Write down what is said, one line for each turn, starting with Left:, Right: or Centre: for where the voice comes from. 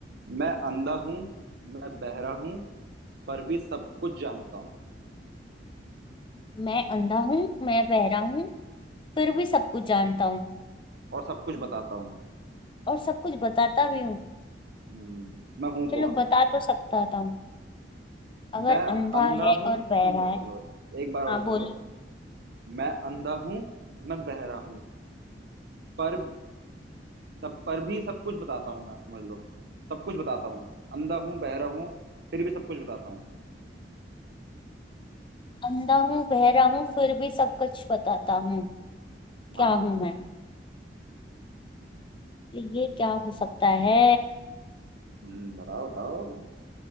Right: मैं अंधा हूँ मैं बहरा हूँ पर भी सब कुछ जानता हूँ
Left: मैं अंधा हूँ मैं बहरा हूँ फिर भी सब कुछ जानता हूँ
Right: और सब कुछ बताता हूँ
Left: और सब कुछ बताता भी हूँ
Right: हम्म मैं हूँ
Left: चलो
Right: कौन
Left: बता तो सकता था हूँ अगर
Right: मैं
Left: अंधा
Right: अंधा
Left: है
Right: हूँ
Left: और
Right: सुन
Left: बहरा
Right: लो सुन
Left: है
Right: लो एक बार और
Left: हाँ
Right: सुन
Left: बोलो
Right: लो मैं अंधा हूँ मैं बहरा हूँ पर तब पर भी सब कुछ बताता हूँ मैं समझ लो सब कुछ बताता हूँ अंधा हूँ बहरा हूँ फिर भी सब कुछ बताता हूँ
Left: अंधा हूँ बह रहा हूँ फिर भी सब कुछ बताता हूँ क्या
Right: हाँ
Left: हूँ मैं ये क्या हो सकता है
Right: हम्म बताओ बताओ